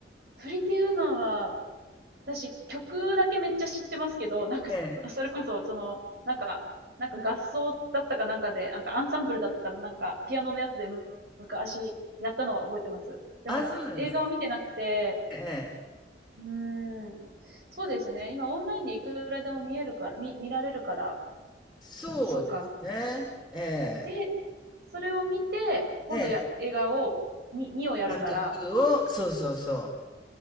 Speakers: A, on the right; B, in the centre.
A: プリティウーマンは、私曲だけめっちゃ知ってますけど、なんか、
B: ない。
A: <laughs>
B: ええ。
A: それこそ、その、なんか、なんか合奏だったかなんかで、なんかアンサンブルだったかなんか、ピアノのやつでむ昔やったのは覚えてます。でも、
B: あ、そうなんですね。
A: 映画は見てなくて、
B: ええ。
A: うーん、そうですね。今オンラインでいくらでも見えるから、見、見られるから、
B: そうですね。
A: そうか、
B: ええ。
A: で、それを見て、今度や、
B: ええ。
A: 映画を、に、2をやるから、
B: パート2を、そうそうそう。